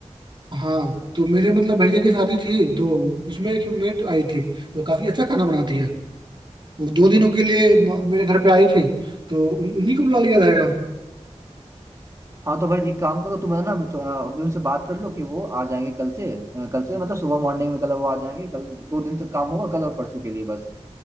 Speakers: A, on the right; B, on the right.
A: हाँ तो मेरे मतलब भैया की शादी थी तो उसमें एक मेट आई थी तो काफी अच्छा खाना बनाती है वो दो दिनों के लिए म- मेरे घर पे आई थी तो उन, उन्हीं को बुला लिया जाएगा
B: हाँ तो भाई एक काम करो तुम है ना अभी तो, अ, अभी उनसे बात कर लो कि वो आ जाएंगे कल से अ, कल से मतलब सुबह मॉर्निंग में कल वो आ जाएंगे कल दो दिन तक काम होगा कल और परसों के लिए बस